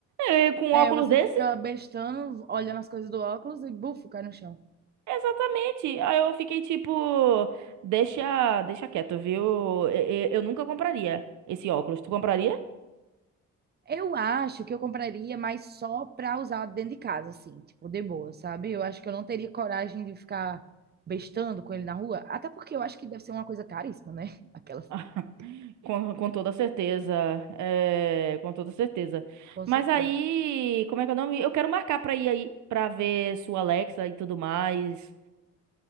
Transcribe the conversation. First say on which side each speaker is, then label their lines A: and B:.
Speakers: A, on the right; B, on the right.
A: Eh, Com um
B: É,
A: óculos
B: você
A: desse.
B: fica bestando, olhando as coisas do óculos e bufo, cai no chão.
A: Exatamente. Aí eu fiquei tipo, deixa, deixa quieto, viu? E- Eu, nunca compraria esse óculos. Tu compraria?
B: Eu acho que eu compraria, mas só pra usar dentro de casa, assim, tipo, de boa, sabe? Eu acho que eu não teria coragem de ficar bestando com ele na rua, até porque eu acho que deve ser uma coisa caríssima, né? <laughs> Aquelas,
A: <laughs> Com, com toda certeza. É, com toda certeza.
B: com
A: Mas
B: certeza.
A: aí, como é que é o nome? Eu quero marcar pra ir aí, pra ver sua Alexa e tudo mais.